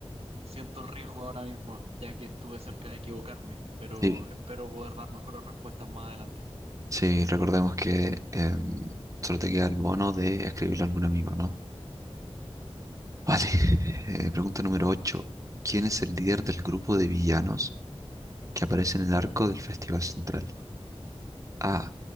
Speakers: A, on the right; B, on the right.
A: siento el riesgo ahora mismo, ya que estuve cerca de equivocarme, pero
B: Sí,
A: espero poder dar mejores respuestas más adelante.
B: Sí, recordemos que em, solo te queda el bono de escribirle a algún amigo, ¿no? Vale. <laughs> Eh, pregunta número 8. ¿Quién es el líder del grupo de villanos que aparece en el arco del Festival Central? A.